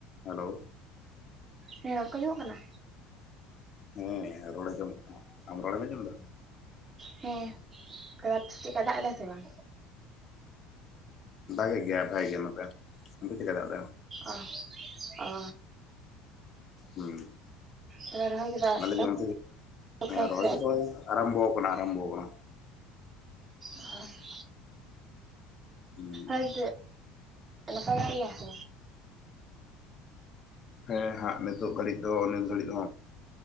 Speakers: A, on the left; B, on the right.
A: Hello
B: ᱦᱮᱸ ᱨᱚᱲ ᱠᱚ ᱟᱸᱡᱚᱢᱚᱜ ᱠᱟᱱᱟ᱾
A: ᱦᱮᱸ ᱨᱚᱲ ᱟᱡᱚᱢᱚᱜ ᱟᱠᱟᱱ ᱟᱢ ᱨᱚᱲ ᱮᱢ ᱟᱡᱚᱢ ᱫᱟ
B: ᱦᱮᱸ ᱪᱮᱫᱮᱠᱟ ᱫᱟᱜ ᱫᱟᱭ ᱥᱮ ᱵᱟᱝ?
A: ᱫᱟᱜᱮᱜ ᱜᱮᱭᱟᱭ ᱵᱷᱟᱜᱤ ᱜᱮ ᱱᱚᱛᱮ ᱚᱱᱛᱮ ᱪᱮᱫ ᱠᱟ ᱫᱟᱜ ᱫᱟᱭ
B: ᱚ ᱚ
A: ᱦᱮᱸ
B: ᱛᱚᱵᱮ ᱨᱚᱦᱚᱭ ᱠᱚᱫᱚ
A: ᱟᱞ
B: ᱮᱦᱚᱵ
A: <inaudible> ᱡᱢ
B: ᱠᱮᱫᱟ ᱯᱮ
A: ᱨᱚᱦᱚᱭ
B: ᱥᱮ
A: ᱠᱚᱫᱚ ᱟᱨᱚᱢᱵᱷᱚ ᱠᱟᱱᱟ ᱟᱨᱚᱢᱵᱷᱚ ᱟᱠᱟᱱᱟ ᱾
B: ᱟᱨ <inaudible>
A: ᱦᱩᱸ
B: ᱟᱨ ᱪᱮᱫ ᱱᱟᱯᱟᱭ ᱵᱟᱲᱟ ᱜᱤᱭᱟ ᱯᱮ
A: ᱦᱮᱸ ᱦᱟᱸᱜ ᱱᱤᱛᱚᱜ ᱜᱷᱟᱹᱲᱤᱡ ᱫᱚ ᱱᱤᱛ ᱜᱷᱟᱹᱲᱤᱡ ᱫᱚ